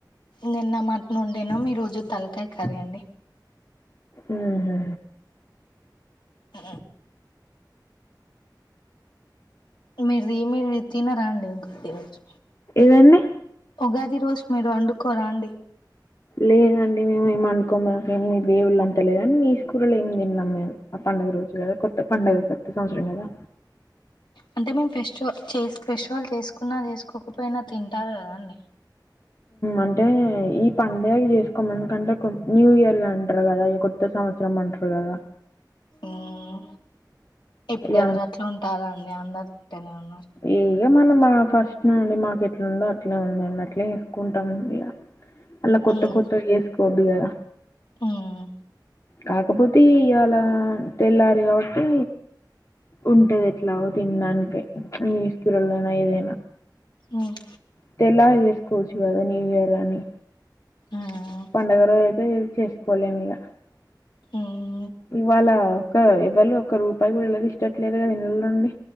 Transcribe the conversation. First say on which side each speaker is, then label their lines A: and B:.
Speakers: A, on the left; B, on the left.
A: నిన్న మట నుండినా మీ రోజు తలకాయ కరీ అండి
B: ఉహూ
A: ఆ మీరు మీరు తిన రండి ఒకగాది రోజు
B: ఏదండి
A: ఉగాది రోజు మీరు వండుకోరా అండి
B: లేదండి మేము ఏమండుకోన్నాక ఏమి దేవుళ్ళని తెలిదుని మీ స్కూలోమి త నమ్మే ఆ పండుగ రోజు కదా కొత్త పండుగ కొత్త సంవత్సరం కదా
A: అంటే మేము ఫెస్టివల్ ఫెస్టివల్ చేసుకున్నా చేసుకోకపోయినా తింటారు కదండి
B: అంటే ఈ పడుగ చేసుకోమందుకంటే న్యూ ఇయర్ అంటారు కదా ఇ కొత్త సంవత్సరం అంటారు కదా
A: ఈ ఇప్పుడువరు
B: ఇగ
A: అట్లు ఉంటారుండి అందరు టనే ఉన్న
B: ఏ ఇ మనం మా ఫస్ట్ నుండి మాకు ఎట్లా ఉందో అట్లే ఉందన్నట్లే వేసుకుంటాం ఇక అలా కొత్త
A: మ్మ్
B: కొత్తవి వేసుకోవద్దు కద
A: మ్మ్
B: కాకపోతే ఇవాలా తెల్లారు కాబట్టి ఉంటది ఎట్లాగో తినడానికి నిసుకిరల్ అయిన ఏదైనా
A: మ్మ్
B: పెళ్ళయాక చెస్ కోచ్చు కదా న్యూ ఇయర్ అని
A: మ్మ్
B: పండుగ రోజు అయితే యూస్ చేసుకోలేము ఇగ
A: మ్మ్
B: ఇవాళ ఒక ఎవళ్ళూ ఒక రూపాయి కూడా <unintelligible> ట్లేదు కదా ఇళ్లలో నుండి